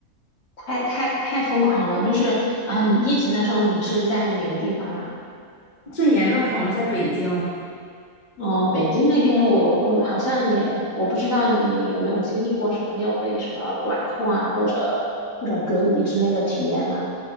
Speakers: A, on the left; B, on the left.
A: 太太太疯狂了，就是啊，你疫情的时候你是在哪个地方啊？
B: 最严重的时候我是在北京，
A: 哦，北京那边我我好像也我不知道你有没有经历过什么，你有被什么管控啊，或者或者隔离之类的体验吗？